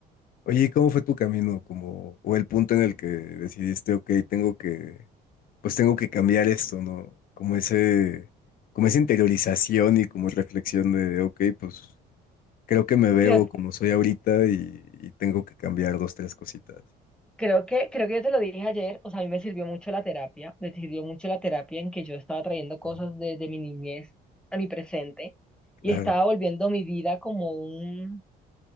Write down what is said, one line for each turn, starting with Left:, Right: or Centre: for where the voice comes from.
Left: Oye, ¿cómo fue tu camino? Como, o el punto en el que decidiste, ok, tengo que, pues tengo que cambiar esto, ¿no? Como ese, como esa interiorización y como reflexión de, ok, pues creo que me veo
Centre: creo
Left: como soy ahorita y, y tengo que cambiar dos, tres cositas.
Centre: Creo que, creo que yo te lo dije ayer, o sea, a mí me sirvió mucho la terapia, me sirvió mucho la terapia en que yo estaba trayendo cosas
Left: Mm,
Centre: de, de mi niñez a mi presente
Left: Claro,
Centre: y estaba volviendo mi vida como un,